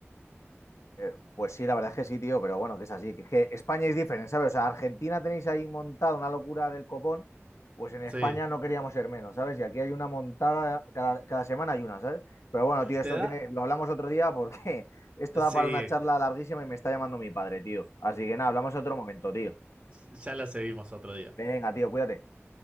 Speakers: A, on the left; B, on the right.
A: Eh, pues sí, la verdad es que sí, tío, pero bueno, que es así. Que es que España es diferente, ¿sabes? O sea, Argentina tenéis ahí montada una locura del copón, pues en España
B: Sí.
A: no queríamos ser menos, ¿sabes? Y aquí hay una montada, cada, cada semana hay una, ¿sabes? Pero bueno, tío, esto
B: Te da...
A: tiene, lo hablamos otro día porque <laughs> esto da
B: Sí,
A: para una charla larguísima y me está llamando mi padre, tío. Así que nada, hablamos otro momento, tío.
B: Ya la seguimos otro día.
A: Venga, tío, cuídate.